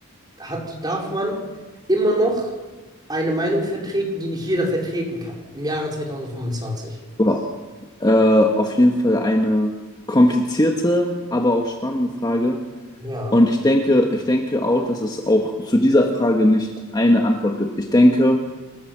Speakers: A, on the right (about 20°); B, on the left (about 20°).
A: hat, darf man immer noch eine Meinung vertreten, die nicht jeder vertreten kann, im Jahre 2025?
B: boah. Äh, auf jeden Fall eine komplizierte, aber auch spannende Frage.
A: Ja,
B: Und ich denke, ich denke auch, dass es auch zu dieser Frage nicht eine Antwort gibt. Ich denke,